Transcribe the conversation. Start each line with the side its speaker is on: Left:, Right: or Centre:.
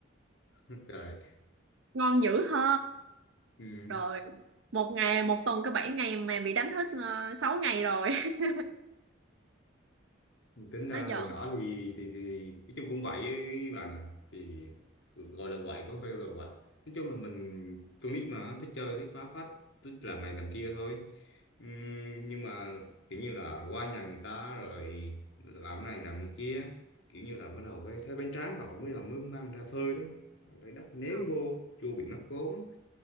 Left: <laughs> trời
Right: Ngon dữ hơ.
Left: ừ.
Right: Rồi, một ngày, một tuần có 7 ngày mà bị đánh hết uh, 6 ngày rồi. <laughs>
Left: tính ra
Right: Nó giỡn.
Left: hồi nhỏ thì thì thì nói chung cũng vậy với bà nè thì gọi là quậy có phải là quậy nói chung là mình con nít mà thích chơi thích phá phách thích làm này làm kia thôi Ừm, nhưng mà kiểu như là qua nhà người ta rồi làm cái này làm cái kia kiểu như là bắt đầu cái thấy bánh tráng họ mới đầu mới mang ra phơi đó rồi lấy đất ném
Right: không?
Left: vô chua bị mắc vốn